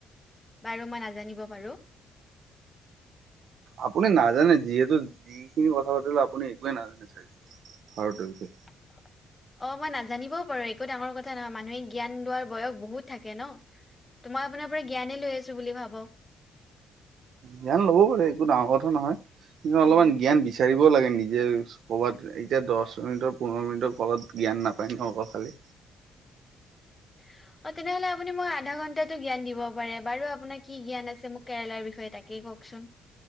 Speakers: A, on the left; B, on the right.
A: বাৰু মই নাজানিব পাৰো
B: আপুনি নাজানে যিহেতু যিখিনি কথা পাতিলো আপুনি একোৱে নাজানে ছাগে আৰু <unintelligible>
A: <unintelligible> অ মই নাজানিবও পাৰো একো ডাঙৰ কথা নহয় মানুহে জ্ঞান লোৱাৰ বয়স বহুত থাকে ন তো মই আপোনাৰ পৰা জ্ঞানে লৈ আছো বুলি ভাৱক।
B: জ্ঞান লব পাৰে একো ডাঙৰ কথা নহয় কিন্তু অলপমান
A: উম।
B: জ্ঞান বিচাৰিবও লাগে নিজ- যে ক'ৰবাত এতিয়া দহ মিনিটৰ, পোন্ধৰ মিনিটৰ ফলত জ্ঞান নাপায় ন অকল খালী
A: <unintelligible> অ, তেনেহ'লে আপুনি মোক আধা ঘণ্টাতো জ্ঞান দিব পাৰে বাৰু! আপোনাৰ কি জ্ঞান আছে, মোক কেৰেলাৰ বিষয়ে তাকেই কওকচোন।